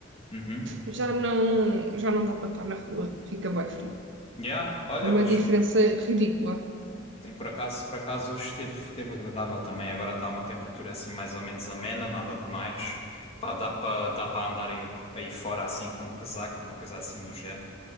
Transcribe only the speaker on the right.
já não, já não dá para estar na rua, fica bem frio.
É uma
diferença ridícula.